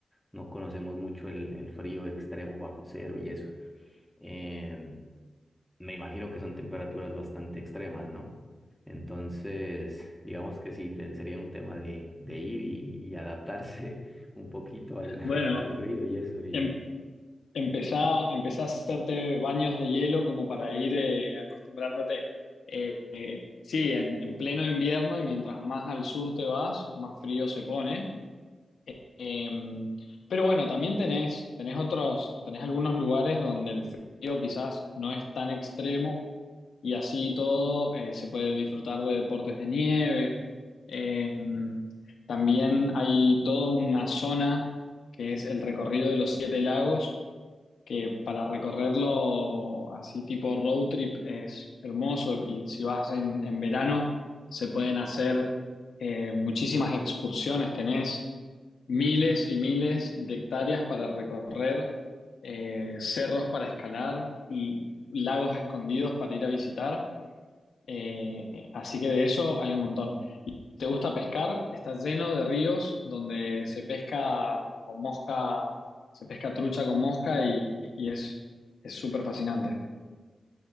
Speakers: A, in the centre; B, on the left (about 80°).
A: no conocemos mucho el, el frío extremo bajo cero y eso. Em, me imagino que son temperaturas bastante extremas, ¿no? Entonces, digamos que sí, te- sería un tema de, de ir y, y adaptarse <laughs> un poquito al,
B: Bueno,
A: al frío y eso. Y,
B: em- Empezá, empezá a hacerte baños de hielo como para ir eh, acostumbrándote. Eh, eh, sí, en, en pleno invierno y mientras más al sur te vas, más frío se pone. Eh, pero bueno, también tenés, tenés otros, tenés algunos lugares donde el frío quizás no es tan extremo y así todo eh, se puede disfrutar de deportes de nieve. Eh, también hay toda una zona que es el recorrido de los siete lagos que para recorrerlo así tipo road trip es hermoso y si vas en, en verano se pueden hacer eh, muchísimas excursiones, tenés miles y miles de hectáreas para recorrer, eh, cerros para escalar y lagos escondidos para ir a visitar, eh, así que de eso hay un montón te gusta pescar, está lleno de ríos donde se pesca con mosca, se pesca trucha con mosca y, y es es súper fascinante.